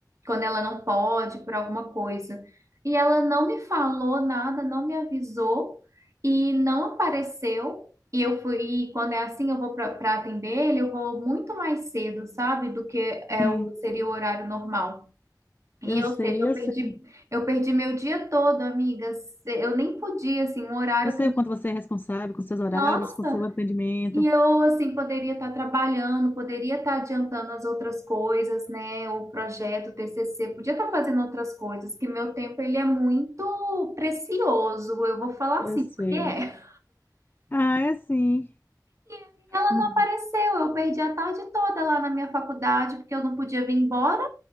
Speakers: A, on the right; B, on the left.
A: quando ela não pode por alguma coisa. E ela não me falou nada, não me avisou e não apareceu. E eu fui, e quando é assim, eu vou para atender ele, eu vou muito mais cedo, sabe, do que é
B: sim,
A: o, seria o horário normal. E,
B: eu sei,
A: ou seja, eu
B: eu
A: perdi,
B: sei.
A: eu perdi meu dia todo, amigas. Eu nem podia, assim, um horário
B: Eu sei
A: que eu...
B: o quanto você é responsável com seus horários,
A: Nossa!
B: com seu atendimento.
A: E eu, assim, poderia estar trabalhando, poderia estar adiantando as outras coisas, né? O projeto, o TCC, podia estar fazendo outras coisas, que meu tempo, ele é muito precioso. Eu vou falar
B: Eu
A: assim,
B: sei.
A: porque é.
B: Ah, é assim.
A: E ela
B: Hum,
A: não apareceu. Eu perdi a tarde toda lá na minha faculdade, porque eu não podia vir embora,